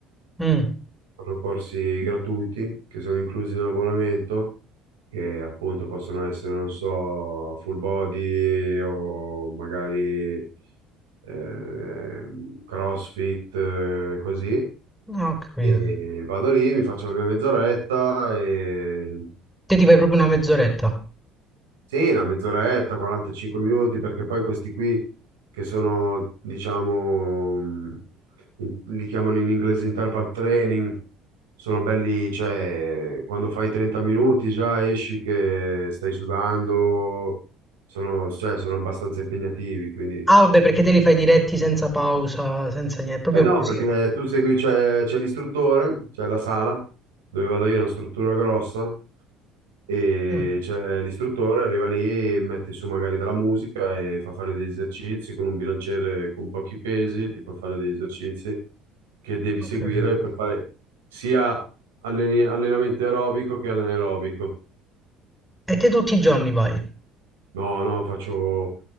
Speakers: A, in the centre; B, on the right (about 75°).
A: Mm,
B: Fanno corsi gratuiti che sono inclusi nell'abbonamento, che appunto possono essere, non so, full body o magari eh, CrossFit, eh, così.
A: no, ho capito.
B: E vado lì, mi faccio la mia mezz'oretta, e...
A: Te ti fai proprio una mezz'oretta.
B: sì, una mezz'oretta, 45 minuti, perché poi questi qui che sono, diciamo, mh, in- li chiamano in inglese interval training, sono belli, cioè, quando fai 30 minuti già esci che stai sudando, sono, cioè, sono abbastanza impegnativi, quindi...
A: Ah, vabbè, perché te li fai diretti senza pausa, senza niente, proprio
B: Eh no,
A: così.
B: perché tu segui, c'è c'è l'istruttore, c'è la sala, dove vado io, è una struttura grossa, e
A: Mm,
B: c'è l'istruttore, arriva lì, mette su magari della musica e fa fare degli esercizi con un bilanciere con pochi pesi, ti fa fare degli esercizi che devi
A: ho
B: seguire
A: capito.
B: per fare sia alleni- allenamento aerobico che anaerobico.
A: E te tutti i giorni vai?
B: No, no, faccio